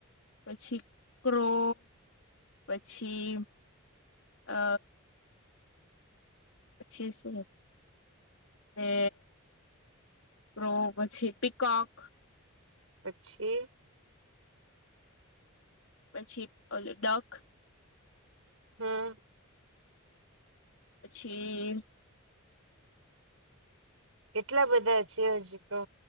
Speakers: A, on the left; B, on the right.
A: પછી ક્રો પછી અ પછીસું તે પ પછી પિકોક
B: પછી
A: પછી ઓ ડોક
B: હા.
A: પછી
B: કેટલા બધા છે, હજી તો